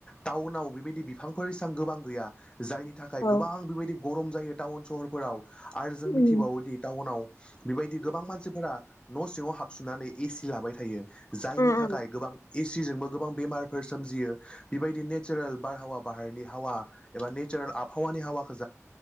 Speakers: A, on the left (about 20°); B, on the left (about 65°).
A: टाउनाव बेबायदि बिफांफोर एसेबां गोबां गैया जायनि थाखाय
B: औ
A: गोबां बेबायदि गरम जायो टाउन सहरफोराव आरो जों
B: उम
A: मिथिबावोदि टाउनाव बेबायदि गोबां मानसिफोरा न' सिङाव हाबसोननानै एसि लाबाय थायो जायनि
B: उम
A: थाखाय
B: उम
A: गोबां एसिजोंबो गोबां बेमारफोर सोमजियो बेबायदि नेचारेल बारहावा बाहेरनि हावा एबा नेचारेल आबहावानि हावाखौ